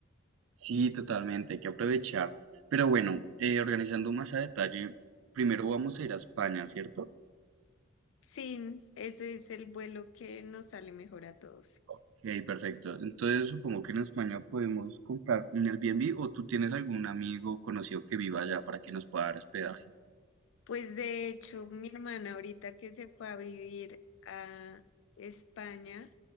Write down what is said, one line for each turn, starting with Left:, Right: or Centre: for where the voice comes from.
Right: Sí, totalmente, hay que aprovechar. Pero bueno, eh, organizando más a detalle, primero vamos a ir a España, ¿cierto?
Left: Sí, ese es el vuelo que nos sale mejor a todos.
Right: Ok, perfecto. Entonces supongo que en España podemos comprar un Airbnb o tú tienes algún amigo o conocido que viva allá para que nos pueda dar hospedaje.
Left: Pues de hecho, mi hermana ahorita que se fue a vivir a España